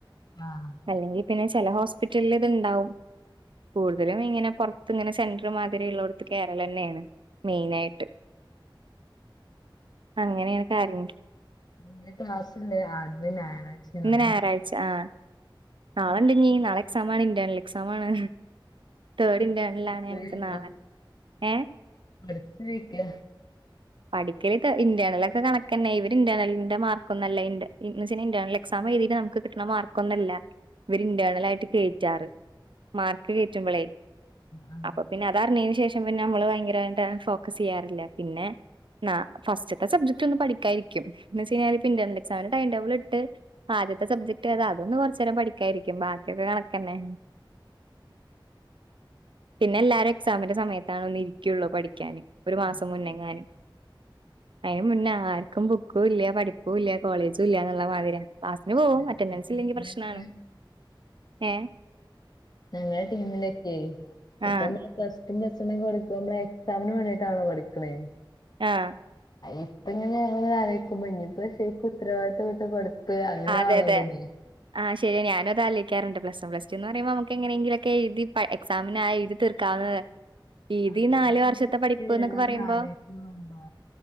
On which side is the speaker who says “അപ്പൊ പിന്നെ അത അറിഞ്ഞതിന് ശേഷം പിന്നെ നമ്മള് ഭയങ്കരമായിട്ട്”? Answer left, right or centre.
Right